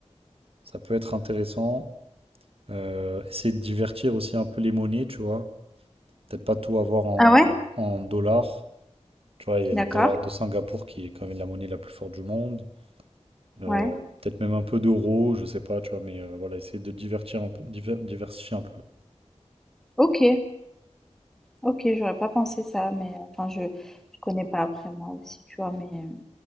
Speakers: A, on the right; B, in the centre.
A: ça peut être intéressant. Euh, essayer de divertir aussi un peu les monnaies, tu vois. Peut-être pas tout avoir en,
B: Ah ouais?
A: en dollars. Tu vois, il y a
B: D'accord,
A: le dollar de Singapour qui est quand même la monnaie la plus forte du monde. Euh,
B: ouais,
A: peut-être même un peu d'euros, je sais pas, tu vois, mais euh, voilà, essayer de divertir un peu, diver- diversifier un peu.
B: ok, ok, j'aurais pas pensé ça, mais euh, enfin, je, je connais pas après moi aussi, tu vois, mais. euh,